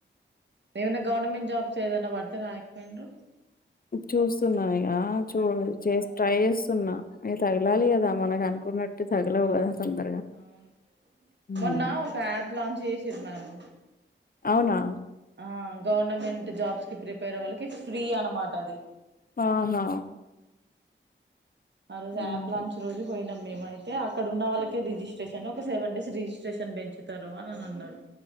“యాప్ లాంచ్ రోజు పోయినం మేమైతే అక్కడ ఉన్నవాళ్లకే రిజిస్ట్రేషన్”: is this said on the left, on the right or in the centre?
Right